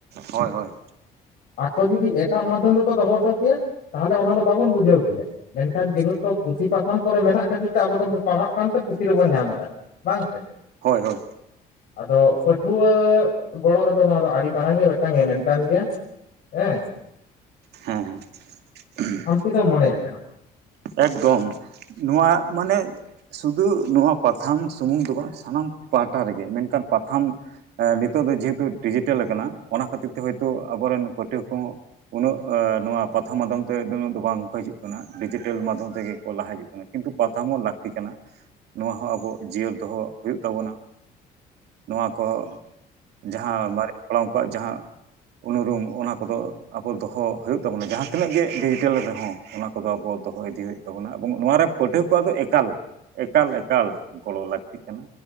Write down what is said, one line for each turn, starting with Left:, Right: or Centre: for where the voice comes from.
Right: ᱦᱳᱭ ᱦᱳᱭ
Left: ᱟᱠᱚ ᱡᱩᱫᱤ ᱮᱴᱟᱜ ᱢᱟᱫᱽᱫᱷᱚᱢ ᱨᱮᱠᱚ ᱫᱚᱦᱚ ᱦᱚᱴᱚ ᱠᱮᱭᱟ ᱛᱟᱦᱚᱞᱮ ᱚᱱᱟ ᱫᱚ ᱵᱟᱵᱚᱱ ᱵᱩᱡᱷᱟᱹᱣ ᱠᱮᱭᱟ ᱢᱮᱱᱠᱷᱟᱱ ᱡᱮᱦᱮᱛᱩ ᱯᱩᱛᱷᱤ ᱯᱟᱛᱷᱟᱢ ᱠᱚᱨᱮ ᱢᱮᱱᱟᱜ ᱠᱷᱟᱹᱛᱤᱨ ᱛᱮ ᱟᱵᱚ ᱫᱚᱱ ᱯᱟᱲᱦᱟᱜ ᱠᱟᱱᱛᱮ ᱯᱩᱛᱷᱤ ᱨᱮᱵᱚᱱ ᱧᱟᱢ ᱮᱫᱟ᱾ ᱵᱟᱝ ᱥᱮ
Right: ᱦᱳᱭ ᱦᱳᱭ
Left: ᱟᱫᱚ ᱯᱟᱹᱴᱷᱩᱣᱟᱹ ᱜᱚᱲᱚ ᱨᱮᱫᱚ ᱱᱚᱣᱟ ᱫᱚ ᱟᱹᱰᱤ ᱢᱟᱨᱟᱝ ᱜᱮ ᱢᱤᱫᱴᱟᱝ ᱮᱱᱮᱢ ᱜᱮᱭᱟ ᱦᱮᱸ
Right: ᱦᱮᱸ ᱦᱮᱸ
Left: ᱪᱮᱫ ᱮᱢ ᱢᱚᱱᱮᱭᱟᱜ ᱠᱟᱱᱟ
Right: ᱮᱠᱫᱚᱢ ᱱᱚᱣᱟ ᱢᱟᱱᱮ ᱥᱩᱫᱩ ᱱᱚᱣᱟ ᱯᱟᱛᱷᱟᱢ ᱥᱩᱢᱩᱝ ᱫᱚ ᱵᱟᱝ ᱥᱟᱱᱟᱢ ᱯᱟᱦᱴᱟ ᱨᱮᱜᱮ ᱢᱮᱱᱠᱷᱟᱱ ᱯᱟᱛᱷᱟᱢ ᱱᱤᱛᱚᱜ ᱫᱚ ᱡᱮᱦᱮᱛᱩ ᱰᱤᱡᱤᱴᱮᱞ ᱟᱠᱟᱱᱟ ᱚᱱᱟ ᱠᱷᱟᱹᱛᱤᱨ ᱛᱮ ᱦᱚᱭᱛᱳ ᱟᱵᱚᱨᱮᱱ ᱯᱟᱹᱴᱷᱩᱣᱟᱹ ᱠᱚᱦᱚᱸ ᱩᱱᱟᱹᱜ ᱱᱚᱣᱟ ᱯᱟᱛᱷᱟ ᱢᱟᱫᱽᱫᱷᱚᱢ ᱛᱮ ᱩᱱᱟᱹᱜ ᱫᱚ ᱵᱟᱝ ᱠᱚ ᱦᱤᱡᱩᱜ ᱠᱟᱱᱟ ᱰᱤᱡᱤᱴ ᱴᱮᱞ ᱢᱟᱫᱽᱫᱷᱚᱢ ᱛᱮᱜᱮ ᱠᱚ ᱞᱟᱦᱟ ᱦᱤᱡᱩᱜ ᱠᱟᱱᱟ ᱠᱤᱱᱛᱩ ᱯᱟᱛᱷᱟᱢ ᱦᱚ ᱞᱟᱹᱠᱛᱤ ᱠᱟᱱᱟ ᱱᱚᱣᱟ ᱦᱚᱸ ᱟᱵᱚ ᱡᱤᱭᱟᱹᱲ ᱫᱚᱦᱚ ᱦᱩᱭᱩᱜ ᱛᱟᱵᱚᱱᱟ ᱱᱚᱣᱟ ᱠᱚ ᱡᱟᱦᱟᱸ ᱢᱟᱨᱮ ᱦᱟᱯᱲᱟᱢ ᱠᱚᱣᱟᱜ ᱡᱟᱦᱟᱸ ᱩᱱᱩᱨᱩᱢ ᱚᱱᱟ ᱠᱚᱫᱚ ᱟᱵᱚ ᱫᱚᱦᱚ ᱦᱩᱭᱩᱜ ᱛᱟᱵᱚᱱᱟ ᱡᱟᱦᱟᱸ ᱛᱤᱱᱟᱹᱜ ᱜᱮ ᱰᱤᱡᱤᱴᱮᱞ ᱨᱮᱦᱚᱸ ᱚᱱᱟ ᱠᱚᱫᱚ ᱟᱵᱚ ᱫᱚᱦᱚ ᱤᱫᱤ ᱦᱩᱭᱩᱜ ᱛᱟᱵᱚᱱᱟ ᱮᱵᱚᱝ ᱱᱚᱣᱟ ᱨᱮ ᱯᱟᱹᱴᱷᱩᱣᱟᱹ ᱠᱚᱣᱟᱜ ᱫᱚ ᱮᱠᱟᱞ ᱮᱠᱟᱞ ᱮᱠᱟᱞ ᱜᱚᱲᱚ ᱞᱟᱹᱠᱛᱤ ᱠᱟᱱᱟ